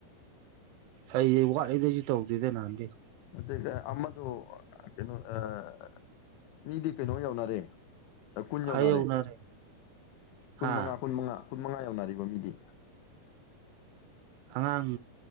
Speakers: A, on the right; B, on the left.
A: ꯑꯩꯩ ꯋꯥꯠꯂꯤꯗ ꯑꯩꯖꯨ ꯇꯧꯗꯦꯗ ꯅꯍꯥꯟꯒꯩ
B: ꯅꯠꯇꯦꯗ ꯑꯃꯗꯨ ꯀꯩꯅꯣ ꯑꯥ ꯃꯤꯗꯤ ꯀꯩꯅꯣ ꯌꯧꯅꯔꯦ ꯀꯨꯟ ꯌꯧꯅꯔꯦ
A: ꯍꯥꯏꯍꯧꯅꯔꯦ
B: ꯀꯨꯟ
A: ꯍꯥ
B: ꯃꯉꯥ ꯀꯨꯟ ꯃꯉꯥ ꯀꯨꯟ ꯃꯉꯥ ꯌꯧꯅꯔꯦꯕ ꯃꯤꯗꯤ
A: ꯑꯉꯥꯡ